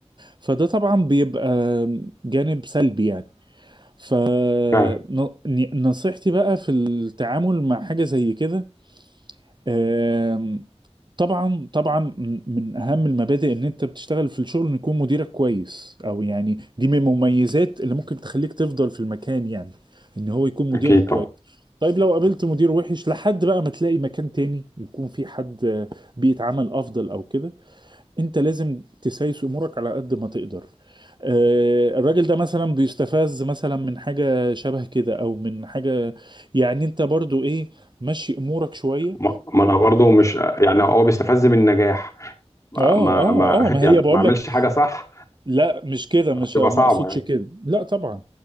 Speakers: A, on the right; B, on the left.
A: فده طبعا بيبقى جانب سلبي يعني فنصيحتي
B: فعلا
A: بقى في التعامل مع حاجه زي كده آمم، طبعا طبعا من اهم المبادئ ان انت بتشتغل في الشغل ان يكون مديرك كويس او يعني دي من المميزات اللي ممكن تخليك تفضل في المكان يعني ان هو يكون مديرك
B: اكيد
A: كويس
B: طبعا
A: طيب لو قابلت مدير وحش لحد بقى ما تلاقي مكان تاني يكون في حد آه، بيئة عمل افضل او كده انت لازم تسايس امورك على قد ما تقدر آه، الراجل ده مثلا بيستفز مثلا من حاجة شبه كده او من حاجة يعني انت برضو ايه مشي امورك شوية
B: ما ما انا برضو مش يعني هو بيستفز من النجاح ما
A: اه اه
B: ما ما
A: اه ما
B: <laughs> يعني
A: هي بقول
B: ما اعملش
A: لك
B: حاجه صح
A: لا مش كده مش
B: هتبقى
A: ما
B: صعبه
A: اقصدش
B: يعني
A: كده لا طبعا